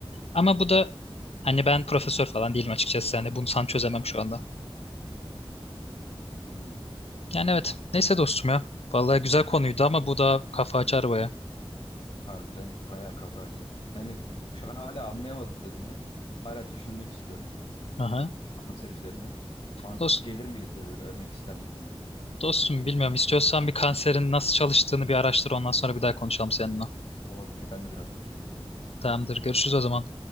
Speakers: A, on the left; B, on the left.
A: Ama bu da hani ben profesör falan değilim açıkçası. Hani bunu sana çözemem
B: Hı hı.
A: şu anda.
B: Hmm,
A: Yani evet. Neyse dostum ya. Vallahi güzel konuydu ama bu da kafa açar baya.
B: harbiden bayağı kafa açar. Yani şu an hala anlayamadım dediğini. Hala düşünmek istiyorum.
A: Aha.
B: Kanser üzerine. Mantıklı
A: Dost,
B: gelir miydi diye böyle ölmek ister miydim diye.
A: dostum bilmiyorum. İstiyorsan bir kanserin nasıl çalıştığını bir araştır. Ondan sonra bir daha konuşalım seninle.
B: Olabilir ben de biraz bakayım internetten yani.
A: Tamamdır. Görüşürüz o zaman.